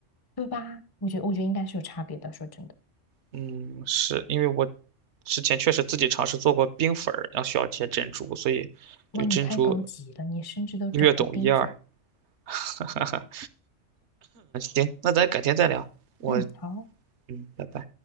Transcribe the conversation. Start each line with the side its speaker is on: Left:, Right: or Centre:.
Left: 对吧？我觉得我觉得应该是有差别的。说真的，
Right: 嗯，是因为我之前确实自己尝试做过冰粉儿，然后需要切珍珠，所以对珍珠
Left: 哇，你太高级了，你甚至都整过冰粉儿
Right: 略懂一二。<laughs> 行，那咱改天再聊。我
Left: 嗯，好。
Right: 嗯，拜拜。